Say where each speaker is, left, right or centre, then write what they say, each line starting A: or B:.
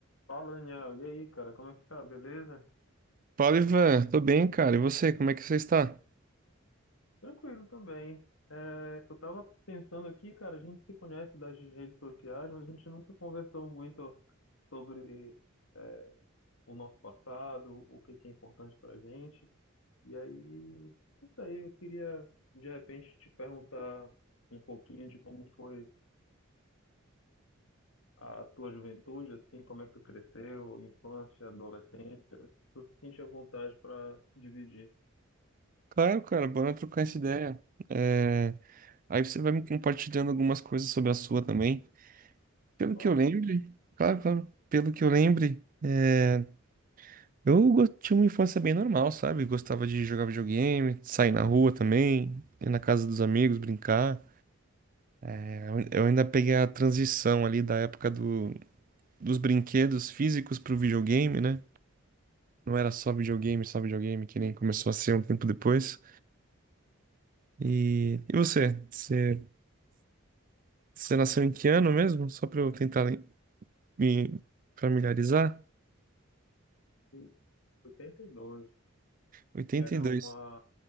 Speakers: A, on the left; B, on the right.
A: Fala, Daniel. E aí, cara, como é que tá? Beleza?
B: Fala, Ivan. Tô bem, cara. E você, como é que você está?
A: Tranquilo também. É, eu tava pensando aqui, cara, a gente se conhece das redes sociais, mas a gente nunca conversou muito sobre é, o nosso passado, o que que é importante pra gente. E aí, isso aí, eu queria de repente te perguntar um pouquinho de como foi a tua juventude, assim, como é que tu cresceu, infância, adolescência. tu se sente à vontade para dividir.
B: Claro, cara, bora trocar essa ideia. É, Aí você vai me compartilhando algumas coisas sobre a sua também. Pelo
A: Claro,
B: que eu lembre, claro, claro. Pelo que eu lembre, é, eu go- tinha uma infância bem normal, sabe? Gostava de jogar videogame, sair na rua também, ir na casa dos amigos, brincar. É, Eu eu ainda peguei a transição ali da época do... dos brinquedos físicos pro videogame, né? Não era só videogame, só videogame, que nem começou a ser um tempo depois. E, e você? Você, você nasceu em que ano mesmo? Só pra eu tentar lem- me familiarizar.
A: em 82,
B: Oitenta
A: que era
B: e dois.
A: uma